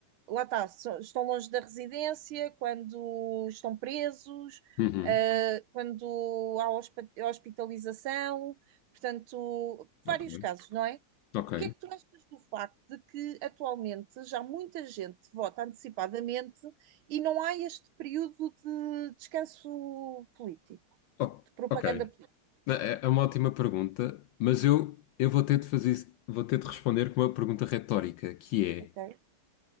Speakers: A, on the right; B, on the left.
A: lá está, so- estão longe da residência, quando estão presos,
B: uhum.
A: eh, quando há hospa- hospitalização, portanto, vários
B: Ok.
A: casos, não é? O
B: Ok.
A: que é que tu achas do facto de que atualmente já muita gente vota antecipadamente e não há este período de descanso político,
B: O-
A: de propaganda
B: ok.
A: política?
B: É, é é uma ótima pergunta, mas eu, eu vou ter de fazer, vou ter de responder com uma pergunta retórica, que é:
A: ok?